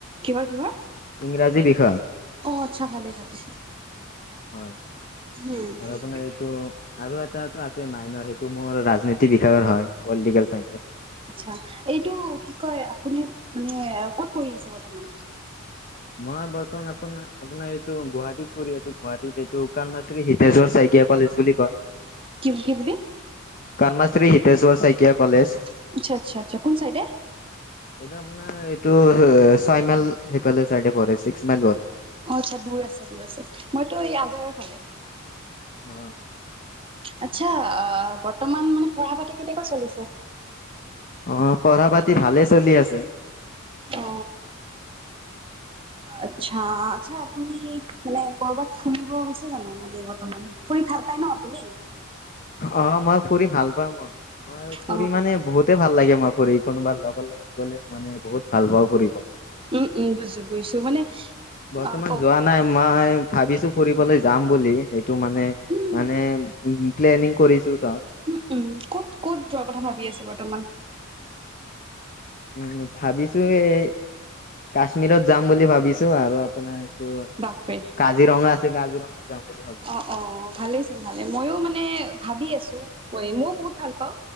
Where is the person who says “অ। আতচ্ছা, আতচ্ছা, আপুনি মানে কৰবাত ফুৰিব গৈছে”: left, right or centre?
Right